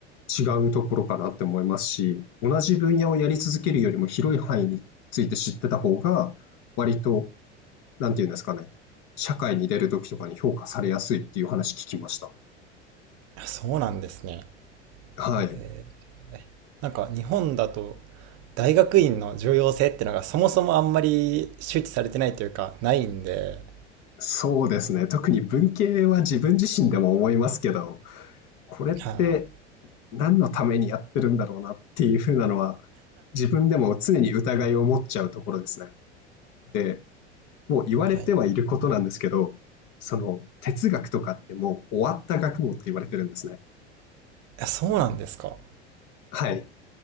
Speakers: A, on the left; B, on the right.
A: 違うところかなって思いますし、同じ分野をやり続けるよりも広い範囲について知ってた方が、割と、なんていうんですかね、社会に出るときとかに評価されやすいっていう話聞きました。
B: そうなんですね。
A: はい。
B: へえなんか日本だと大学院の重要性ってのがそもそもあんまり周知されてないというかないんで。
A: そうですね。特に文系は自分自身でも思いますけど、これって
B: は
A: 何のためにやってるんだろうなっていうふうなのは、自分でも常に疑いを持っちゃうところですね。で、もう言われてはいることなんですけど、
B: あ、はい。
A: その哲学とかってもう終わった学問って言われてるんですね。
B: あ、そうなんですか。
A: はい。